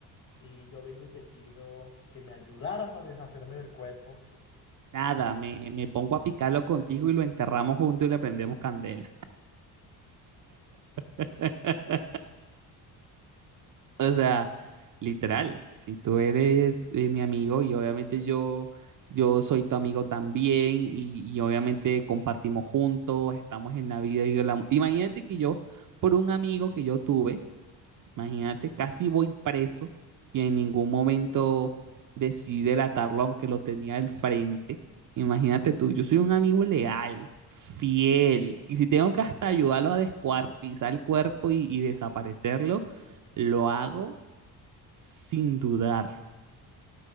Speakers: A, on the left; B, on the right.
A: y yo vengo y te pido que me ayudaras a deshacerme del cuerpo.
B: Nada,
A: eh,
B: me, me pongo a picarlo contigo y lo enterramos juntos y le prendemos candela. <laughs> <laughs> O sea, literal, si tú eres eh, mi amigo y obviamente yo, yo soy tu amigo también y, y obviamente compartimos juntos, estamos en la vida y el amor. Imagínate que yo, por un amigo que yo tuve, imagínate, casi voy preso y en ningún momento decidí delatarlo aunque lo tenía al frente. Imagínate tú, yo soy un amigo leal, fiel, y si tengo que hasta ayudarlo a descuartizar el cuerpo y y desaparecerlo, lo hago sin dudar.